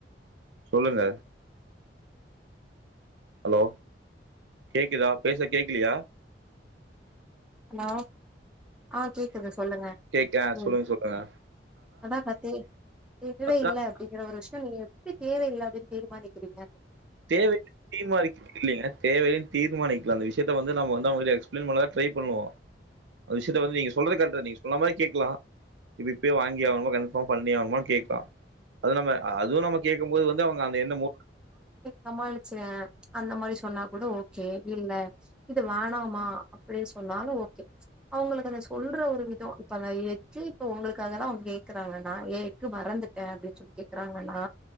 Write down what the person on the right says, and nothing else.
சொல்லுங்க அலோ கேக்குதா பேச கேக்கிலியா
கேக் ஆ
சொல்லுங்க சொல்லுங்க
அதுதா
தேவைய தீர்மானிக்றதில்லங்க தேவைய தீர்மானிக்லா அந்த விஷயத்த வந்து நம்ம வந் தா அவுங்ளுக் எக்ஸ்ப்ளைன் பண்ண தா ட்ரை பண்ணுவோ அந்த விஷ்யத்த வந்து நீங்க சொல்றதே கரெக்ட் தா நீங் சொல்லா மாரி கேக்லா இப்டிப்டி வாங்கியானுமா கன்ஃபாம் பண்ணியானுமா கேக்லா அத நம்ம அ அதுவு நம்ம கேக் கும்போது வந்து அவுங்க அந்த என்ன மு